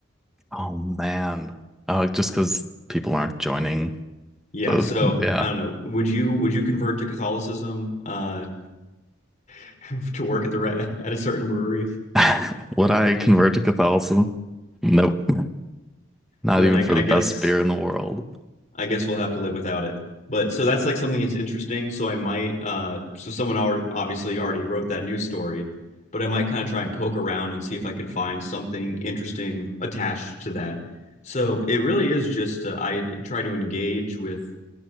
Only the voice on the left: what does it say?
Yeah,
so
I don't know. Would you would you convert to Catholicism uh, <laughs> to work at the re- at a certain brewery?
Then
I,
I
guess
I guess we'll have to live without it. But so that's like something that's interesting. So I might, uh, so someone already, obviously already wrote that news story, but I might kind of try and poke around and see if I could find something interesting attached to that. So it really is just, uh, I try to engage with